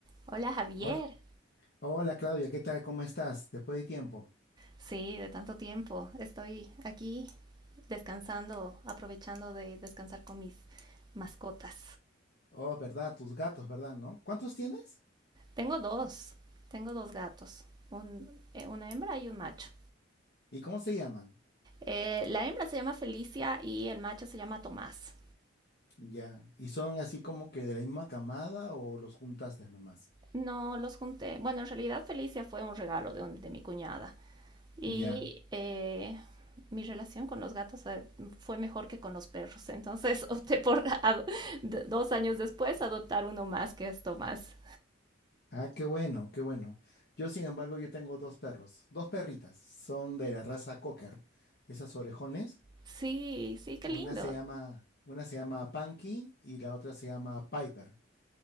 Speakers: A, on the right (about 20°); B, on the left (about 50°).
A: Hola Javier.
B: Hol- Hola, Claudia, ¿qué tal? ¿Cómo estás? Después de tiempo.
A: Sí, de tanto tiempo. Estoy aquí descansando, aprovechando de descansar con mis mascotas.
B: Oh, ¿verdad? Tus gatos, ¿verdad? ¿No? ¿Cuántos tienes?
A: Tengo dos, tengo dos gatos, un- eh, una hembra y un macho.
B: ¿Y cómo se llaman?
A: Eh, la hembra se llama Felicia y el macho se llama Tomás.
B: Ya. ¿Y son así como que de la misma camada o los juntaste nomás?
A: No los junté. Bueno, en realidad Felicia fue un regalo de, un- de mi cuñada. y
B: Ya.
A: eh, mi relación con los gatos eh, fue mejor que con los perros. Entonces <laughs> opté por ado- d- dos años después adoptar uno más que esto más.
B: Ah, qué bueno, qué bueno. Yo, sin embargo, yo tengo dos perros, dos perritas. Son de la raza Cocker, esas orejones.
A: Sí, sí, qué
B: Una
A: lindo.
B: se llama, una se llama Punky y la otra se llama Piper.